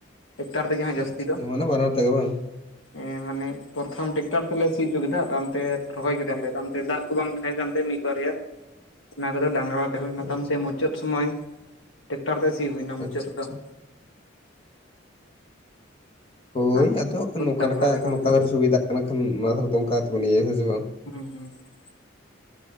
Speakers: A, on the left; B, on the left.
A: ᱴᱮᱠᱴᱟᱨ ᱛᱮᱜᱮ ᱦᱟᱸᱜ ᱡᱟᱹᱥᱛᱤ
B: ᱟᱪᱪᱷᱟ
A: ᱫᱚ
B: ᱡᱮᱢᱚᱱ
A: ᱾
B: ᱵᱟᱱᱟᱨ ᱛᱮᱜᱮ ᱵᱟᱝ
A: ᱮ ᱢᱟᱱᱮ ᱯᱚᱨᱛᱷᱚᱢ ᱴᱮᱠᱴᱟᱨ ᱛᱮᱞᱮ ᱥᱤ ᱩᱪᱩ ᱠᱮᱫᱟ ᱛᱟᱭᱚᱢ ᱛᱮ ᱨᱚᱦᱚᱭ ᱠᱮᱫᱟᱞᱮ ᱛᱟᱭᱚᱢ ᱛᱮ ᱫᱟᱜ ᱠᱚ ᱵᱟᱝ ᱛᱟᱦᱮᱸ ᱠᱟᱱᱛᱮ ᱢᱤᱫ ᱵᱟᱨᱭᱟ ᱚᱱᱟ ᱠᱚᱫᱚ ᱰᱟᱝᱨᱟ ᱛᱮ ᱦᱩᱭᱱᱟ
B: ᱟᱪᱪᱷᱟ
A: ᱛᱟᱢ ᱛᱮ ᱢᱩᱪᱟᱹᱫ ᱥᱚᱢᱚᱭ ᱴᱮᱠᱴᱟᱨ ᱛᱮ ᱥᱤ ᱦᱩᱭᱱᱟ ᱢᱩᱪᱟᱹᱫ
B: ᱟᱪᱪᱷᱟ
A: ᱨᱮᱫᱚ
B: ᱟᱪᱪᱷᱟ
A: ᱾
B: ᱦᱳᱭ
A: ᱰᱟᱝᱨᱟ
B: ᱟᱫᱚ ᱱᱚᱠᱟ ᱞᱮᱠᱟ
A: ᱛᱮ ᱵᱟᱝ
B: ᱱᱚᱠᱟ
A: ᱛᱮ
B: ᱫᱷᱟᱨᱮ ᱥᱩᱵᱤᱫᱟᱜ ᱠᱟᱱᱟ ᱠᱷᱟᱱ ᱱᱚᱣᱟ ᱫᱷᱟᱨᱮ ᱫᱚ ᱚᱝᱠᱟ ᱫᱚᱠᱚ ᱞᱟᱹᱭᱟ ᱦᱮᱸ ᱥᱮ ᱵᱟᱝ!
A: ᱦᱩᱸ ᱦᱩᱸ ᱾